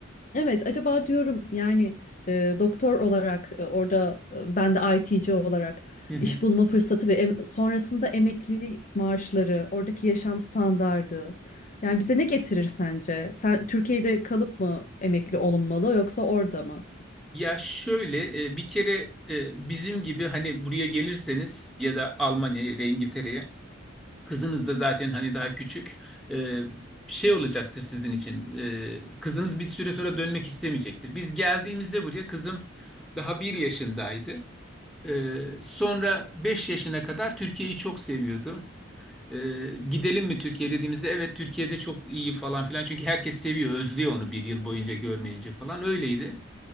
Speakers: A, on the left; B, in the centre.
A: Evet, acaba diyorum yani e, doktor olarak e, orada e, ben de IT'ci olarak
B: Hı hı.
A: iş bulma fırsatı ve em- sonrasında emeklilik maaşları, oradaki yaşam standardı. Yani bize ne getirir sence? Sen Türkiye'de kalıp mı emekli olunmalı yoksa orada mı?
B: Ya şöyle e, bir kere e, bizim gibi hani buraya gelirseniz ya da Almanya'ya ya da İngiltere'ye Kızınız da zaten hani daha küçük. Ee, şey olacaktır sizin için. Ee, kızınız bir süre sonra dönmek istemeyecektir. Biz geldiğimizde buraya kızım daha bir yaşındaydı. Ee, sonra 5 yaşına kadar Türkiye'yi çok seviyordu. Ee, gidelim mi Türkiye dediğimizde evet Türkiye'de çok iyi falan filan. Çünkü herkes seviyor, özlüyor onu bir yıl boyunca görmeyince falan. Öyleydi.